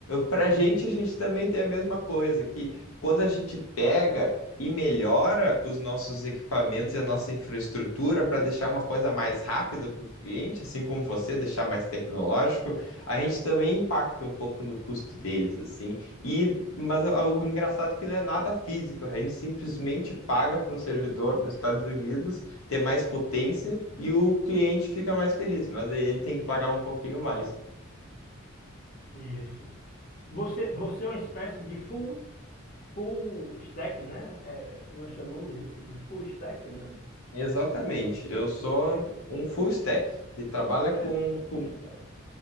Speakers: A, on the left; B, on the left.
A: Para a gente, a gente também tem a mesma coisa, que quando a gente pega e melhora os nossos equipamentos e a nossa infraestrutura para deixar uma coisa mais rápida para o cliente, assim como você deixar mais tecnológico, a gente também impacta um pouco no custo deles, assim. E mas o, o engraçado é que não é nada físico, a gente simplesmente paga para um servidor nos Estados Unidos ter mais potência e o cliente fica mais feliz, mas aí ele tem que pagar um pouquinho mais.
B: Isso. Você, você é uma espécie de full Full stack, né? É, é, nós chamamos de de full stack, né?
A: Exatamente,
B: Você,
A: eu
B: você,
A: sou um full stack que trabalha com,
B: é, você é um
A: com
B: full stack.